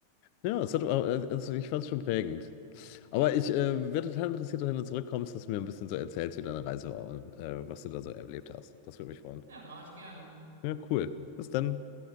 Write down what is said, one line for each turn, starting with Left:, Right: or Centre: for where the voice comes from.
Left: Ja, es hat, äh, also ich fand es schon prägend. Aber ich äh, wäre total interessiert, wenn du zurückkommst, dass du mir ein bisschen so erzählst, wie deine Reise war und äh, was du da so erlebt hast. Das würde mich freuen.
Right: Ja, mache ich gern.
Left: Ja, cool. Bis dann.